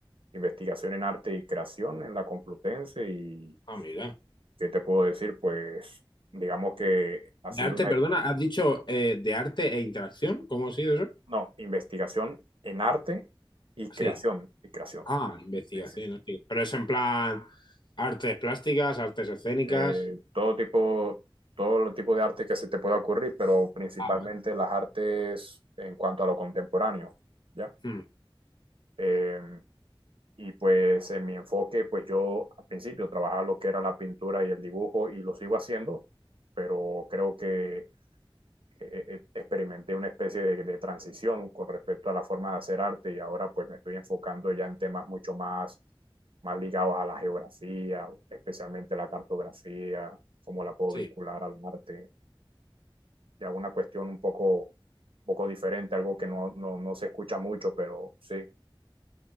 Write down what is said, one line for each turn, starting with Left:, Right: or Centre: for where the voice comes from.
Right: investigación en arte y creación en la Complutense y
Left: Ah, mira.
Right: ¿qué te puedo decir? Pues digamos que ha
Left: De
Right: sido
Left: arte,
Right: una,
Left: perdona, has dicho eh, de arte e interacción, ¿cómo ha sido eso?
Right: no, investigación en arte y creación,
Left: Sí.
Right: y creación.
Left: Ah, investigación.
Right: sí, sí.
Left: hostia. Pero es en plan artes plásticas, artes escénicas.
Right: Eh, todo tipo, todo el tipo de arte que se te pueda ocurrir, pero principalmente
Left: Ah, vale.
Right: las artes en cuanto a lo contemporáneo, ¿ya?
Left: Hmm,
Right: Em, Y pues en mi enfoque, pues yo al principio trabajaba lo que era la pintura y el dibujo y lo sigo haciendo, pero creo que eh, eh, experimenté una especie de, de transición con respecto a la forma de hacer arte y ahora pues me estoy enfocando ya en temas mucho más, más ligados a la geografía, especialmente la cartografía, cómo la puedo
Left: sí.
Right: vincular al arte, ya una cuestión un poco poco diferente, algo que no, no, no se escucha mucho, pero sí.